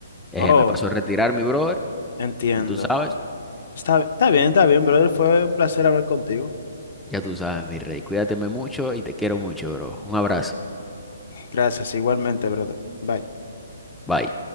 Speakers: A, in the centre; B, on the left (about 55°).
A: Eh,
B: Oh,
A: me paso a retirar, mi brother.
B: entiendo.
A: y Tú sabes,
B: Está, está bien, está bien, brother. Fue un placer hablar contigo.
A: ya tú sabes, mi rey. Cuídateme mucho y te quiero mucho, bro. Un abrazo.
B: Gracias, igualmente, brother. Bye.
A: Bye.